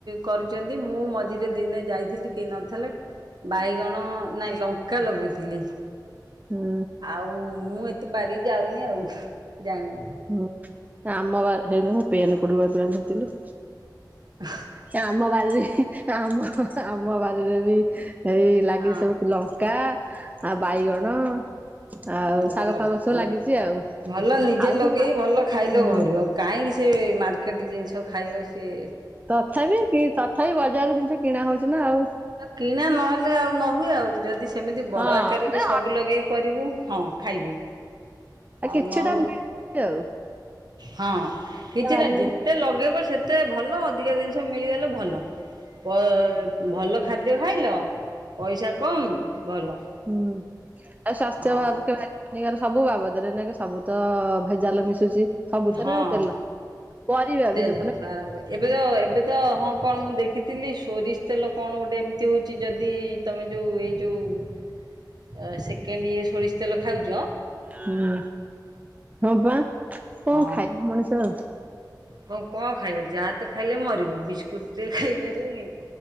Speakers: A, on the right (about 65°); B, on the right (about 20°).
A: କରିଚନ୍ତି ମୁଁ ମଝିରେ ଦିନେ ଯାଇଥିଲି କେହି ନ ଥେଲେ ବାଇଗଣ ନାଇଁ ଲଙ୍କା ଲଗେଇଥିଲି।
B: ହୁଁ
A: ଆଉ ମୁଁ ଏତେ ବାରିକି ଯାଉନି ଆଉ ଜାଣିନି।
B: ହୁଁ ଆମ ବା ହେଇଲୋ ପେନ୍ କୋଉଠି ପେନ୍ ଧରିଥିଲୁ?
A: <unintelligible>
B: ଏ ଆମ ବାରିରେ ଆମ ଆମ ବାରିରେ ବି ଏଇ ଲାଗିଚି
A: ହଁ।
B: ସବୁ ଫୁଲ। କା ଆଉ ବାଇଗଣ ଆଉ
A: ଭଲ
B: ଶାଗ ଫାଗ ସବୁ
A: ଭ
B: ଲାଗିଛି ଆଉ।
A: ଭଲ ନିଜେ
B: ଆଉ
A: ଲଗେଇ
B: କି
A: ଭଲ ଖାଇଲ
B: ହୁଁ
A: ଘରୁ ଆଉ। କାଇଁକି ସେ ମାର୍କେଟ ଜିନିଷ ଖାଇବ ସେ
B: ତଥାପି କି ତଥାପି ବଜାରରୁ ଜିନିଷ କିଣା ହଉଚି ନା ଆଉ।
A: ଆ କିଣା ନହେଲେ ଆଉ ନ ହୁଏ ଆଉ ଯଦି ସେମିତି ବଡ
B: ହଁ
A: ଆକାରେରେ
B: ନା
A: ଯଦି ସବୁ ଲଗେଇ କରିବୁ ହଁ ଖାଇବୁ
B: ଅଳ୍ପ
A: ଆଉ
B: କିଛିଟା
A: ନହେଲେ
B: ମିଳୁଛି ଆଉ।
A: ହଁ କିଛିଟା
B: ବାରିଘରେ
A: ଯେତେ
B: ହୁଁ
A: ଲଗେଇବ ସେ ତେ ଭଲ ଅଧିକା ଜିନିଷ ମିଳିଗଲେ ଭଲ ପ ଭଲ ଖାଦ୍ୟ ଖାଇଲ ପଇସା କମ୍ ଭଲ।
B: ହୁଁ ଆଉ ସ୍ୱାସ୍ଥ୍ୟ
A: ହଁ
B: ଭାବୁ କେବେ ଏଇଗାର ସବୁ ବାବଦରେ ନାଇଁ କି ସବୁ ତ ଭେଜାଲ ମିଶୁଚି ସବୁଥେରେ
A: ହଁ।
B: ତେଲ ପରିବା
A: ତେଲଠୁ
B: ବି ଦେଖୁନ
A: ଆରମ୍ଭ କରି ଏବେ ତ ଏବେ ତ ହଁ କଣ ମୁଁ ଦେଖିଥିଲି ସୋରିଷ ତେଲ କଣ ଗୋଟେ ଏମତି ହଉଚି ଯଦି ତମେ ଯୋଉ ଏଇ ଯୋଉ ସେକେଣ୍ଡ ଇଏ ସୋରିଷ ତେଲ ଖାଉଚ
B: ହୁଁ ହଁ ବା କଣ
A: ହଁ
B: ଖାଇବ ମଣିଷ ଆଉ?
A: କଣ କଣ ଖାଇବ ଯାହା ତ ଖାଇଲେ ମରିବୁ ବିସ୍ କୁଟେ ଖାଇପାରିବୁନି